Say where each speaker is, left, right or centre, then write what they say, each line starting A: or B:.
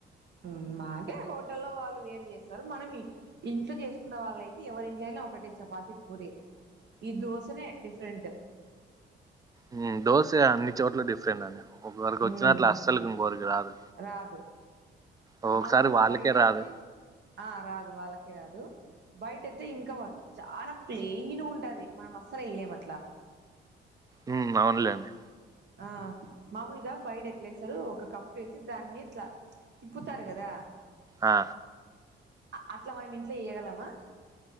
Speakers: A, on the right; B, on the right.
A: ఉమ్ అంటే హోటల్లో వాళ్ళు వేరు చేస్తారు మనం ఈ ఇంట్లో చేసుకున్న వాళ్ళయితే ఎవరింట్లో అయినా ఒకటే చపాతి, పూరి ఈ దోశనే డిఫరెంట్
B: ఉమ్ దోశే అన్ని చోట్ల డిఫరెంట్ అండి ఒకరికి
A: ఉమ్
B: అచ్చినట్ల అస్సలుకి ఇంకోరికి రాదు
A: రాదు
B: ఒక్కొక్కసారి
A: మామూలుగా
B: వాళ్ళకే
A: బైట
B: రాదు
A: అయితే ఆ రాదు వాళ్ళకే రాదు బయట ఐతే ఇంకావా చాలా ప్లేయిన్ గా ఉంటది మనం అస్సలు వేయ్యలేం అట్లా
B: ఉమ్ అవున్లే అండి
A: ఆ మామూలుగా బయట ఎట్లేస్సారు ఒక కప్ కప్పేసి దాన్ని ఇట్లా తిప్పుతారు కదా
B: ఆ
A: అ అట్లా మనం ఇంట్లో ఎయ్యగలమా?